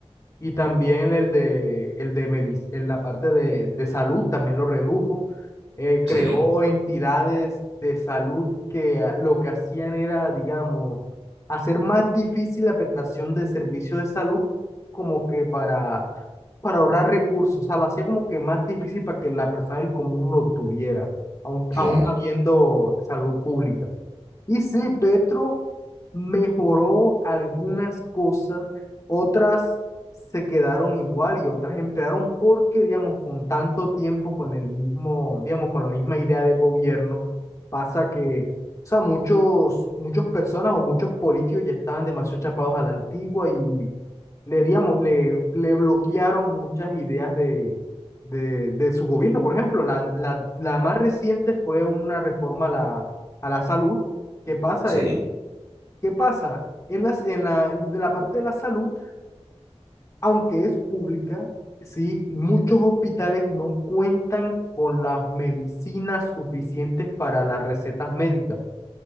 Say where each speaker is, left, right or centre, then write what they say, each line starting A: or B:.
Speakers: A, on the left; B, on the right.
A: y también el de, el de medic- en la parte de, de salud también lo redujo. Eh, creó
B: Sí,
A: entidades de salud que a- lo que hacían era, digamos, hacer más difícil la prestación de servicios de salud como que para, para ahorrar recursos. O sea, lo hacía como que más difícil para que la persona del común lo tuviera, aún,
B: claro.
A: aún habiendo salud pública. Y sí, Petro mejoró algunas cosas, otras se quedaron igual y otras empeoraron porque, digamos, con tanto tiempo, con el mismo, digamos, con la misma idea de gobierno, pasa que, o sea, muchos, muchas personas o muchos políticos ya estaban demasiado chapados a la antigua y le, digamos, le, le bloquearon muchas ideas de, de, de su gobierno. Por ejemplo, la, la, la más reciente fue una reforma a la, a la salud. ¿Qué pasa?
B: Sí.
A: ¿Qué pasa? En las, en la, de la parte de la salud, aunque es pública, sí, muchos hospitales no cuentan con las medicinas suficientes para las recetas médicas.